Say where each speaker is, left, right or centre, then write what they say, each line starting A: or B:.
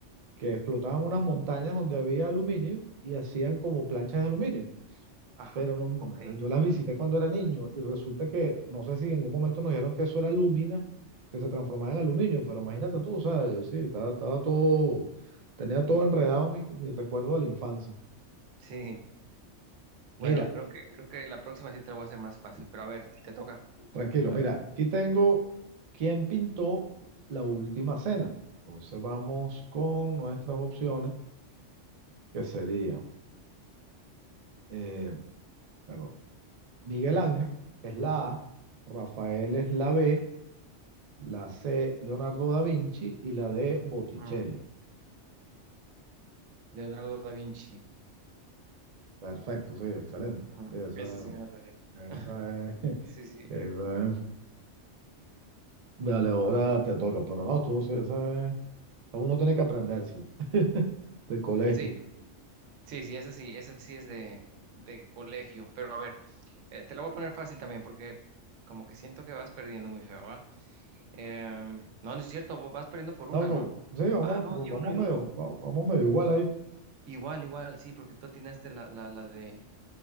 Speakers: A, on the right (about 65°); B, on the right (about 80°).
A: que explotaban unas montañas donde había aluminio y hacían como planchas de aluminio.
B: ajá,
A: Pero no,
B: ok.
A: yo las visité cuando era niño y resulta que, no sé si en algún momento nos dijeron que eso era lúmina que se transformaba en aluminio, pero imagínate tú, o sea, yo sí, estaba, estaba todo, tenía todo enredado mi, mi recuerdo de la infancia.
B: Sí, bueno,
A: Mira,
B: creo que, creo que la próxima sí te la voy a hacer más fácil, pero a ver, te toca.
A: tranquilo,
B: Va,
A: mira,
B: va.
A: aquí tengo quién pintó la última cena. Entonces vamos con nuestras opciones. que sería, eh, perdón, Miguel
B: Esa
A: Ángel
B: creo que-
A: es la
B: Ajá.
A: A, Rafael es la B, la C, Leonardo da Vinci y la D, Botticelli.
B: ujú. Leonardo da Vinci.
A: Perfecto, sí, excelente.
B: Ajá.
A: Sí, esa,
B: Esa sí me la sabía. <laughs>
A: esa es, <laughs>
B: Sí, sí.
A: esa es. Dale, ahora te toca, pero no, tú, sí, esa es, uno tiene que aprendérselo <laughs> de colegio.
B: Sí, sí, sí, esa sí, esa sí es de, de colegio, pero a ver, Eh, te lo voy a poner fácil también porque como que siento que vas perdiendo muy feo, ¿va? Em, no, no es cierto, vos vas perdiendo por una,
A: No, como-
B: ¿no?
A: sí, vamos,
B: Ah, vamos, y
A: vamos
B: uno y
A: medio,
B: uno.
A: va-
B: Mm.
A: vamos medio igual ahí.
B: Igual, igual, sí, porque tú atinaste la, la, la de